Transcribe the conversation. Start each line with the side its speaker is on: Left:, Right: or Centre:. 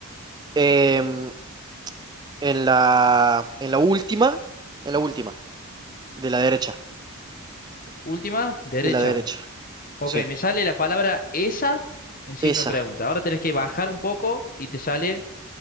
Right: Em, En la, en la última, en la última, de la derecha,
Left: Última, derecha.
Right: de la derecha,
Left: Ok,
Right: sí.
Left: me sale la palabra esa en signo
Right: Esa,
Left: de pregunta. Ahora tenés que bajar un poco y te sale